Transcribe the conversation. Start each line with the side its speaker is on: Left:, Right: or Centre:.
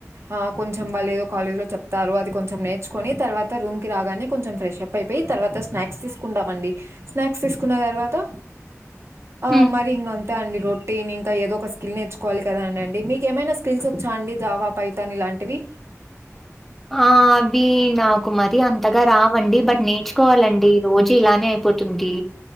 Right: ఆ కొంచెం వాళ్ళు ఏదో కాలేజ్ లో చెప్తారు అది కొంచెం నేర్చుకొని తర్వాత, రూమ్ కి రాగానే కొంచెం ఫ్రెష్ అప్ అయిపోయి తర్వాత స్నాక్స్ తీసుకుంటామండి స్నాక్స్ తీసుకు, కున్న తర్వాత ఆ
Centre: హ్మ్.
Right: మరి ఇంగాన్, అా అండి రొటీని ఇంకా ఏదో ఒక స్కిల్ నేర్చుకోవాలి కదా అండ అండి మీకు ఏమైనా స్కిల్స్ వచ్చా అండి జవా పైతాన్ ఇలాంటివి.
Centre: ఆ అవి నాకుమరి అంతగా రావండి బట్ నేను, నేచ్చుకోవాలండి రోజు ఇలానే అయిపోతుంది.